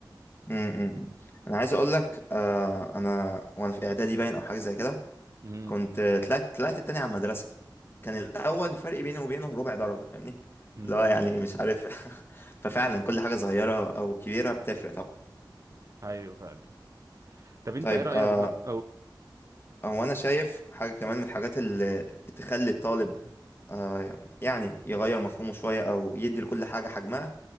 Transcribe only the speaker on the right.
امم
امم
ايوه فعلا طب انت
ايه رايك
بقى
اقول